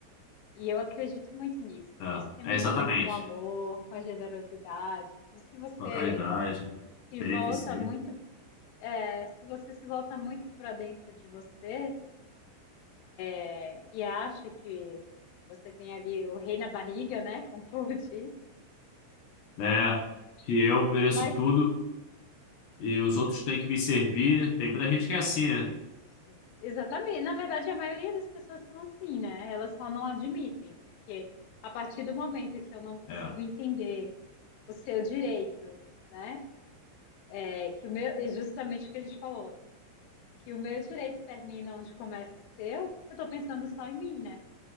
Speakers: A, on the left; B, on the left.
A: E eu acredito muito nisso,
B: É,
A: né, isso tem muito
B: é exatamente.
A: a ver com o amor, com a generosidade, então se você
B: Com a caridade,
A: se
B: beneficência,
A: volta muito, eh, se você se volta muito para dentro de você, eh, e acha que você tem ali o rei na barriga, né, como o povo diz,
B: né? Que eu mereço
A: mas
B: tudo e os outros têm que me servir. Tem muita gente que é assim, né?
A: Isso. Exatamente. Na verdade, a maioria das pessoas são assim, né? Elas só não admitem, porque a partir do momento que eu não consigo
B: É.
A: entender o seu direito, né? É que o meu, é justamente o que a gente falou, que o meu direito termina onde começa o seu, eu tô pensando só em mim, né?